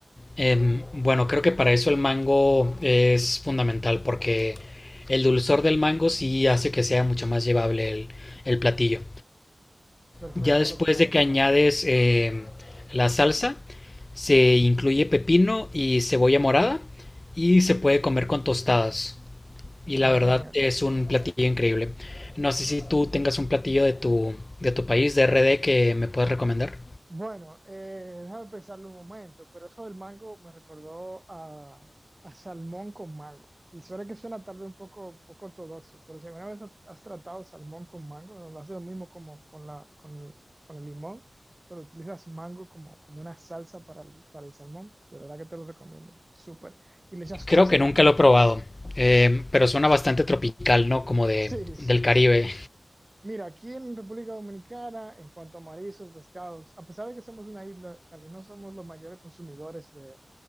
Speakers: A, on the left (about 35°); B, on the right (about 25°).
A: eh, bueno, creo que para eso el mango es fundamental, porque el dulzor del mango sí hace que sea mucho más llevable el, el platillo.
B: Perfecto,
A: Ya después
B: lo tomaré
A: de que
B: en cuenta.
A: añades eh, la salsa, se incluye pepino y cebolla morada y se puede comer con tostadas. Y
B: Suena
A: la verdad
B: genial.
A: es un platillo increíble. No sé si tú tengas un platillo de tu, de tu país, de RD, que me puedas recomendar.
B: Bueno, eh, déjame pensarlo un momento, pero eso del mango me recordó a, a salmón con mango. Y suena que suena tal vez un poco, poco ortodoxo, pero si alguna vez has has tratado salmón con mango, lo haces lo mismo como con la, con, el, con el limón, pero utilizas mango como, como una salsa para el, para el salmón, de verdad que te lo recomiendo, súper. Y le echas coco
A: Creo que
B: también.
A: nunca lo he probado,
B: <laughs>
A: eh, pero suena bastante tropical, ¿no? Como de,
B: Sí, sí.
A: del Caribe.
B: Mira, aquí en República Dominicana, en cuanto a mariscos, pescados, a pesar de que somos una isla, tal vez no somos los mayores consumidores de, de